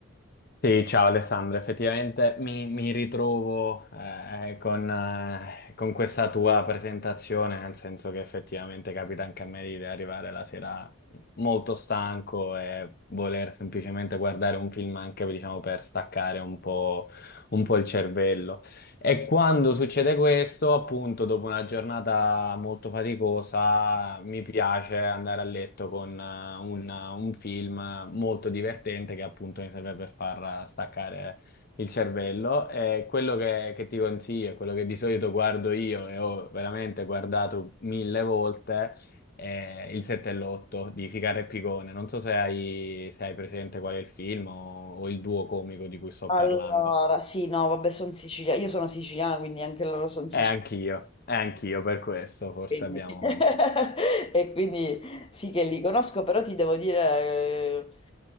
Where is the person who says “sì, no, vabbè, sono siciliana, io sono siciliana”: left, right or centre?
Left